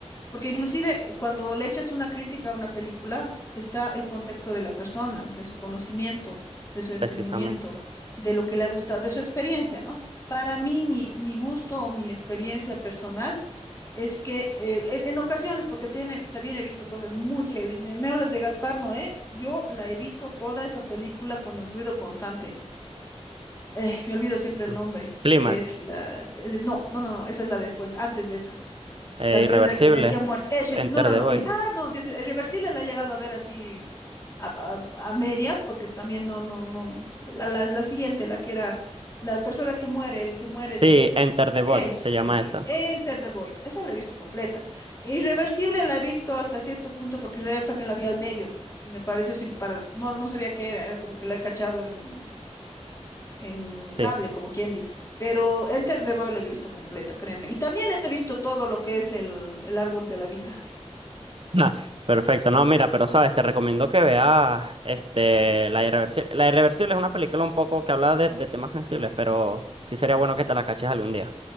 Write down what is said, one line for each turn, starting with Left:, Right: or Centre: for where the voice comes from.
Left: Porque inclusive eh, cuando le echas una crítica a una película, está el contexto de la persona, de su conocimiento, de su entendimiento,
Right: precisamente.
Left: de lo que le ha gustado, de su experiencia, ¿no? Para mí, mi, mi gusto o mi experiencia personal es que eh, en, en ocasiones, porque tiene, también he visto cosas muy heavy. Me, me hablas de Gaspar Noé, yo la he visto toda esa película con el ruido constante. Eh, me olvido siempre el
Right: Mm.
Left: nombre,
Right: Clímax,
Left: que es la... eh, no, no, no, no, esa es la después, antes de esa
Right: eh,
Left: la que
Right: Irreversible,
Left: es de que- Ah, del que ha muerto. Es re-
Right: Enter
Left: no, no,
Right: the
Left: no.
Right: Void.
Left: es- ay, no, Dios mío, es reversible la he llegado a ver así a, a- a medias, porque también no, no, no. La, la, la siguiente, la que era la persona que muere, el que muere
Right: Sí,
Left: de. mm,
Right: Enter the Void
Left: Ese
Right: se llama
Left: mismo,
Right: esa.
Left: Enter the Void, esa la he visto completa. Irreversible la he visto hasta cierto punto porque en realidad también la vi al medio y me pareció sin para, no, no sabía qué era, era como que la he cachado en en
Right: Sí.
Left: cable, como quien dice. Pero Enter the Void la he visto completa, créeme. Y también he visto todo lo que es el, el árbol de la vida.
Right: Ah, perfecto. No, mira, pero sabes, te recomiendo que veas este, La Irreversible. La Irreversible es una película un poco que habla de, de temas sensibles, pero sí sería bueno que te la caches algún día.